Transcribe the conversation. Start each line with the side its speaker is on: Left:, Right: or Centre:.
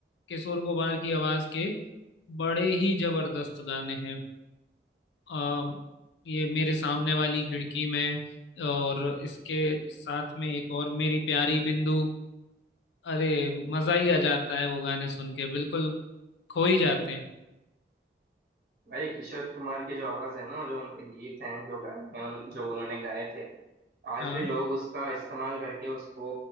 Left: किशोर कुमार की आवाज के बड़े ही जबरदस्त गाने हैं आ, ये मेरे सामने वाली खिड़की में और इसके साथ में एक और मेरी प्यारी बिंदु अरे मजा ही आ जाता है वो गाने सुन के बिल्कुल खो ही जाते हैं
Right: भाई किशोर कुमार की जो आवाज़ है ना जो उनके गीत हैं जो गाने हैं उन, जो उन्होंने गाए थे आज
Left: हाँ
Right: भी लोग उसका इस्तेमाल करके उसको